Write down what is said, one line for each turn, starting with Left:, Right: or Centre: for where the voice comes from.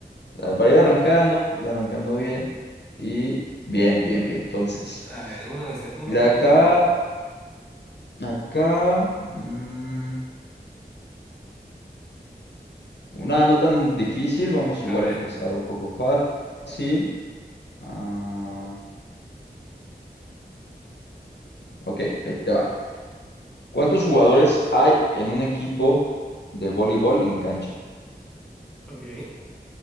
Left: Ah, Para ir arrancando, ir arrancando bien. Y bien, bien, bien. Entonces,
Centre: A ver, uno de, uno,
Left: mira
Centre: uno
Left: acá,
Centre: de uno.
Left: acá, mm, una no tan difícil. Vamos
Centre: A
Left: igual
Centre: ver.
Left: a empezar un poco fácil. Ah, ok, ahí te va. ¿Cuántos jugadores hay en un equipo de voleibol en cancha?
Centre: Ok.